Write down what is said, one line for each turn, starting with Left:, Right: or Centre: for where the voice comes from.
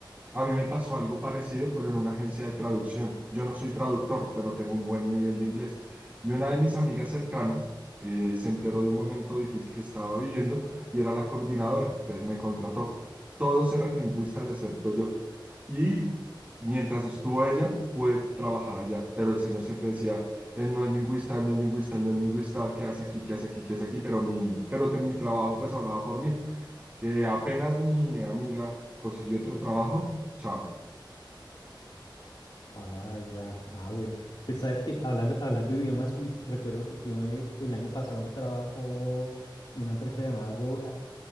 Right: a mí me pasó algo parecido, pero en una agencia de traducción. Yo no soy traductor, pero tengo un buen nivel de inglés. Y una de mis amigas cercanas eh, se enteró de un momento difícil que estaba viviendo y era la coordinadora, entonces me contrató. Todos eran lingüistas excepto yo. Y mientras estuvo ella, pude trabajar allá, pero el señor siempre decía, él no es lingüista, él no es lingüista, él no es lingüista, ¿qué hace aquí? ¿Qué hace aquí? ¿Qué hace aquí? Pero mi, pero te- mi trabajo pues hablaba por mí. Eh, apenas mi amiga consiguió otro trabajo, chao.
Left: Ah, ya, ah, bueno. Pues sabes que hablando, hablando de idiomas, uy, recuerdo que tuve el año pasado un trabajo en una empresa llamada Go